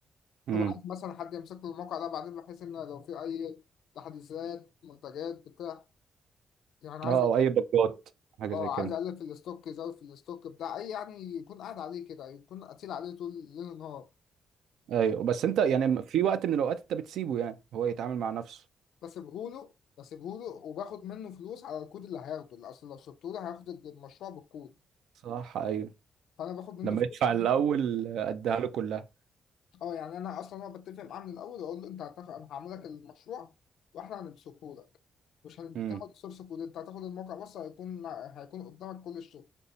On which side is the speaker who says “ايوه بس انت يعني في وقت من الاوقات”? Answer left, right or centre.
Right